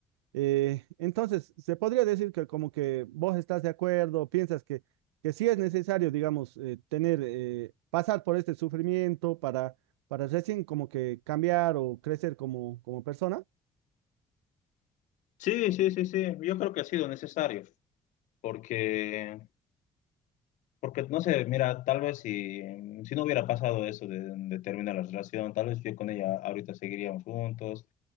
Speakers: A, on the right; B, on the left.
A: Eh, entonces, se podría decir que como que vos estás de acuerdo, piensas que, que sí es necesario, digamos, eh, tener, eh, pasar por este sufrimiento para, para recién como que cambiar o crecer como, como persona.
B: Sí, sí, sí, sí. Yo creo que ha sido necesario porque... Porque, no sé, mira, tal vez si, si no hubiera pasado eso de, de terminar la relación, tal vez yo con ella ahorita seguiríamos juntos,